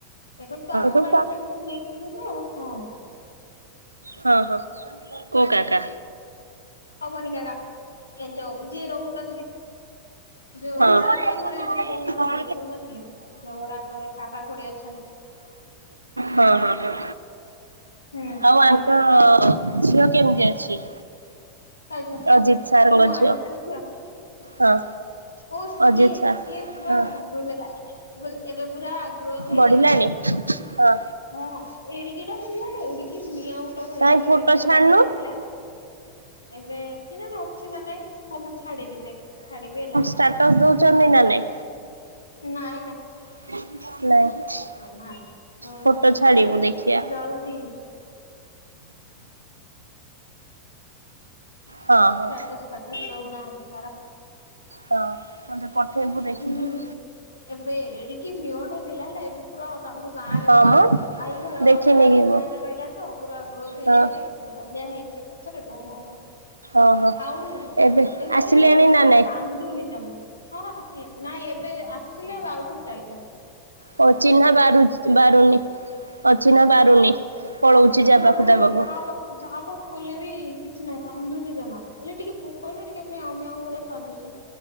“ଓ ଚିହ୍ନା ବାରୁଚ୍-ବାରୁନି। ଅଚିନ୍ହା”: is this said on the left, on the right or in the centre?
Right